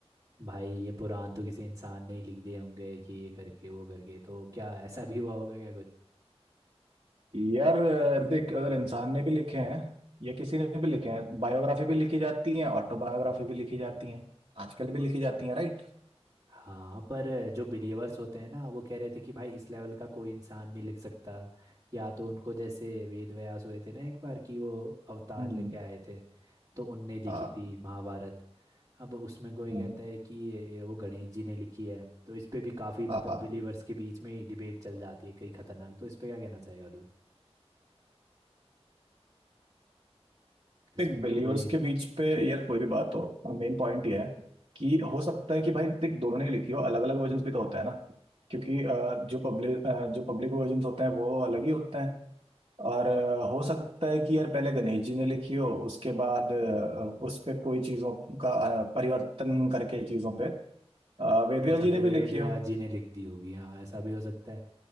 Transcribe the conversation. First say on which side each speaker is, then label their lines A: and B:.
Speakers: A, on the right; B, on the right.
A: भाई ये पुराण तो किसी इंसान ने ही लिख दिए होंगे कि ये करके वो करके तो क्या ऐसा भी हुआ होगा क्या
B: यार देख अगर इंसान ने भी लिखे हैं या किसी ने भी लिखे हैं बायोग्राफी भी लिखी जाती है ऑटोबायोग्राफी भी लिखी जाती है आजकल भी लिखी जाती है राइट
A: हाँ पर जो बिलीवर्स होते हैं ना वो कह रहे थे कि भाई इस लेवल का कोई इंसान नहीं लिख सकता या तो उनको जैसे वेद व्यास हुए थे ना एक बार कि वो अवतार
B: हम्म
A: लेके आए थे तो उनने लिखी
B: हाँ
A: थी महाभारत अब उसमें कोई
B: हम्म
A: कहता है कि ये- वो गणेश जी ने लिखी है तो इस पे भी काफी मतलब
B: हाँ हाँ।
A: बिलीवर्स के बीच में डिबेट चल जाती है कई खतरनाक तो इस पे क्या कहना चाहेगा तू इस
B: देख
A: पे
B: बिलीवर्स
A: कोई
B: के बीच पे यार कोई भी बात हो मेन पॉइंट ये है कि हो सकता है कि भाई देख दोनों ने लिखी हो अलग अलग वर्जन भी तो होता है ना क्योंकि अ, जो पब्लिक जो पब्लिक वर्जन होते हैं वो अलग ही होते हैं और अ, हो सकता है कि यार पहले गणेश जी ने लिखी हो उसके बाद अ, उस पे कोई चीजों का अ, परिवर्तन करके चीजों पे अ, वेदव्यास
A: अच्छा
B: जी
A: फिर
B: ने भी
A: वेद
B: लिखी
A: व्यास
B: हो
A: जी ने लिख दी होगी हाँ ऐसा भी हो सकता है